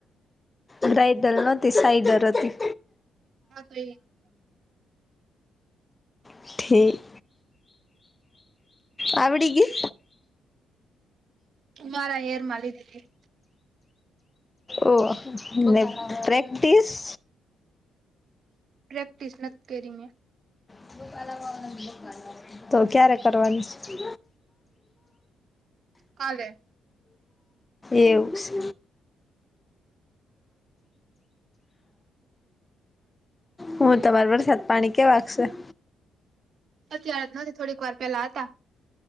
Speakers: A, on the left; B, on the right.
A: બ્રઇડલ ન હતી સાઈડલ હતી.
B: હા તો એ
A: ઠીક આવડી ગઈ.
B: મારા હેરમાં લીઘીતી.
A: ઓ ને પ્રેક્ટિસ?
B: પ્રેક્ટીસ નથી કયરી મે.
A: કલાવાગના બકલવાના <inaudible> તો ક્યારે કરવાની છે.
B: કાલે.
A: એવું છે, હું તમારો વરસાદ પાણી કેવા શે?
B: અત્યારેા જ નથી થોડીક વાર પેલા હતા.